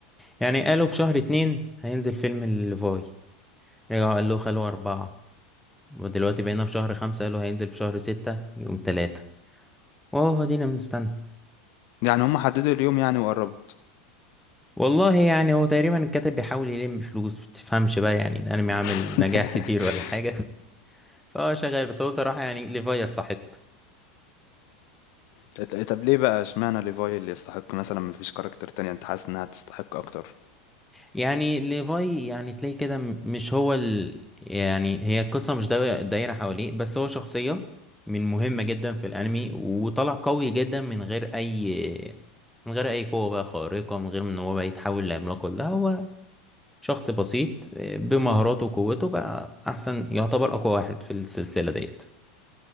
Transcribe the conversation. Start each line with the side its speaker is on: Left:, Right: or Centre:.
Centre: يعني قالوا في شهر اتنين هينزل فيلم لليفاي رجعوا قالوا خلوه اربعة ودلوقتي بقينا في شهر خمسة قالوا هينزل في شهر ستة يوم تلاتة واهو دينا بنستنى
Left: يعني هُم حددوا اليوم يعني وقرّبت.
Centre: والله يعني هو تقريبا الكاتب بيحاول يلم فلوس بتفهمش بقى يعني الانمي
Left: <laughs>
Centre: عامل نجاح كتير ولا حاجه <laughs> فهو شغال بس هو صراحه يعني ليفاي يستحق
Left: ط طب ليه بقى اشمعنى levi اللي يستحق مثلًا ما فيش character تانية أنت حاسس إنها تستحق أكتر؟
Centre: يعني ليفاي يعني تلاقي كده م- مش هو ال... يعني هي القصه مش داي- دايره حواليه بس هو شخصيه من مهمه جدا في الانمي وطلع قوي جدا من غير اي من غير اي قوه بقى خارقه من غير ان هو بقى يتحول لعملاق لا هو شخص بسيط آه، بمهاراته وقوته بقى احسن يعتبر اقوى واحد في السلسلة ديت